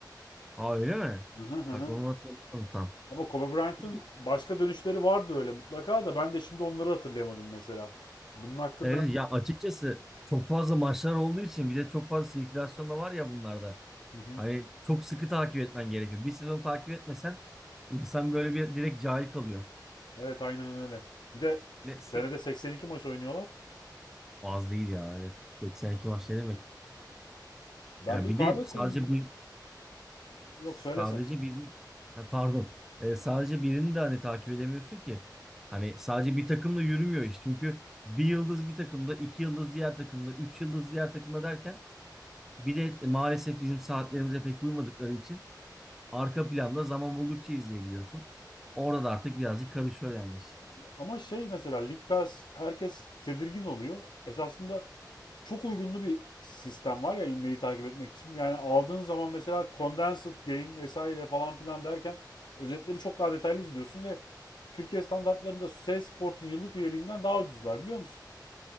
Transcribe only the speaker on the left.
Hı hı hı
Ama Kobe Bryant'ın
başka dönüşleri vardır öyle mutlaka da ben de şimdi onları hatırlayamadım mesela. Bunun hakkında
Hı hı.
Evet aynen öyle. Bir de
senede 82 maç oynuyorlar.
Ben
bir
kahve
koyayım.
Yok
söylesen.
Ama şey mesela League Pass herkes tedirgin oluyor. Esasında çok uygunlu bir sistem var ya inmeyi takip etmek için. Yani aldığın zaman mesela Condensed Game vesaire falan filan derken özetleri çok daha detaylı izliyorsun ve Türkiye standartlarında SES Sport'un yıllık üyeliğinden daha ucuzlar biliyor musun?